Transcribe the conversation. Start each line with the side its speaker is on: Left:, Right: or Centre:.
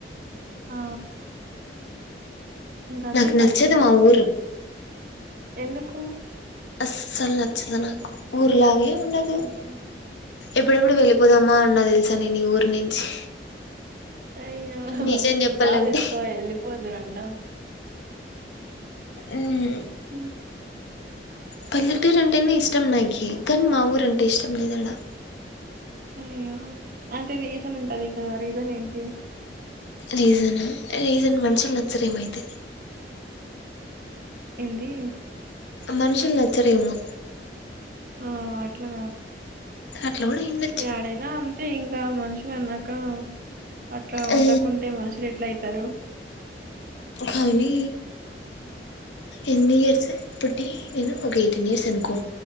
Right: ఆ ఇంకంతే
Left: నాకు
Right: పల్లెటూర్
Left: నచ్చదు
Right: అన్నాక
Left: మా ఊరు
Right: ఎందుకు?
Left: అస్సలు నచ్చదు నాకు ఊర్లాగే ఉండదు
Right: అయ్యో!
Left: ఎప్పుడెప్పుడు వెళ్ళిపోదామా అన్న తెలుసు తనని ఊరు నుంచి
Right: అయ్యో
Left: నిజం చెప్పాలంటే
Right: జాబు తెచ్చుకో వెలి పోదురంటా
Left: ఉమ్
Right: ఉ
Left: పల్లెటూరు అంటేనే ఇష్టం నాకి కానీ మా ఊరు అంటే ఇష్టం లేదడా
Right: అయ్యో అంటే రీజన్ ఉంటది కదా రీజన్ ఏంటి
Left: రీజన్ రీజన్ మనుషులు నచ్చర ఏమైతే
Right: ఏంది
Left: మనుషుల్ నచ్చరేమో
Right: ఆ అట్లా
Left: అట్లా కూడా అయ్యుండొచ్చు
Right: ఎడైనా అంతే ఇంకా మనుషి మనుషులు అన్నాక అట్లా
Left: ఆ
Right: ఉండకుంటే మనుషలు ఎట్లా అవుతారు
Left: ఖాని ఎన్ ఇయర్స్ పెటి నేను ఒక ఎయిటీన్ ఇయర్స్ అనుకో